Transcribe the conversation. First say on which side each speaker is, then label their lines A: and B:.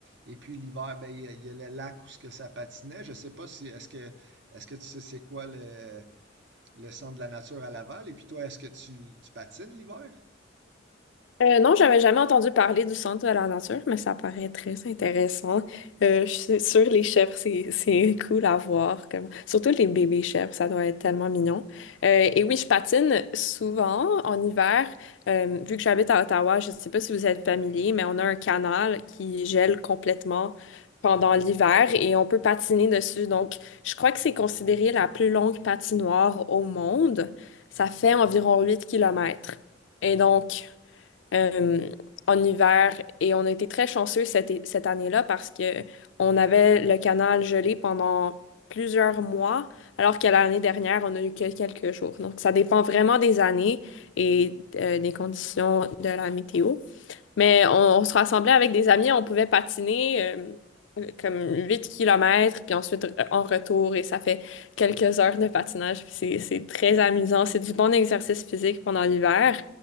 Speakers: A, on the right (about 65°); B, on the left (about 75°).
A: Et puis l'hiver, ben, il y, a il y a le lac où ce que ça patinait. Je sais pas si est-ce que est-ce que tu sais c'est quoi le le centre de la nature à Laval. Et puis toi, est-ce que tu, tu patines l'hiver?
B: Euh, non, j'avais jamais entendu parler du centre de la nature, mais ça paraît très intéressant. Euh, je suis sûre, les chèvres, c'est, c'est <laughs> cool à voir. Comme... Surtout les bébés chèvres, ça doit être tellement mignon. Euh, et oui, je patine souvent en hiver. Euh, vu que j'habite à Ottawa, je ne sais pas si vous êtes familier, mais on a un canal qui gèle complètement pendant l'hiver et on peut patiner dessus. Donc, je crois que c'est considéré la plus longue patinoire au monde. Ça fait environ 8 kilomètres. Et donc, euh, en hiver et on a été très chanceux cette, é- cette année-là parce que on avait le canal gelé pendant plusieurs mois, alors que l'année dernière, on a eu que quelques jours. Donc, ça dépend vraiment des années et euh, des conditions de la météo. Mais on, on se rassemblait avec des amis, on pouvait patiner euh, comme 8 kilomètres, puis ensuite euh, en retour, et ça fait quelques heures de patinage. puis C'est, c'est très amusant. C'est du bon exercice physique pendant l'hiver.